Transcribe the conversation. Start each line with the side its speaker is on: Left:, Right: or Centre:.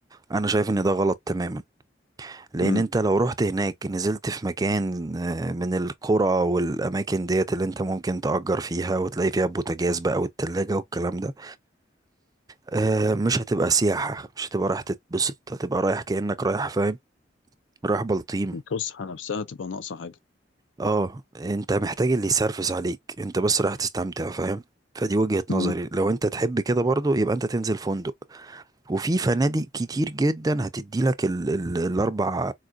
Right: انا شايف ان ده غلط تماما لان
Left: امم
Right: انت لو رحت هناك نزلت في مكان آه، من القرى والاماكن ديت اللي انت ممكن تأجر فيها وتلاقي فيها بوتاجاز بقى والتلاجة والكلام ده آه، مش هتبقى سياحة مش هتبقى رايح تتبسط هتبقى رايح كأنك رايح فاهم رايح بلطيم
Left: الفسحه نفسها تبقى ناقصه حاجه
Right: اه انت محتاج اللي يسرفس عليك انت بس رايح تستمتع فاهم فدي وجهة نظري
Left: امم
Right: لو انت تحب كده برضو يبقى انت تنزل فندق وفي فنادق كتير جدا هتدي لك ال ال الاربع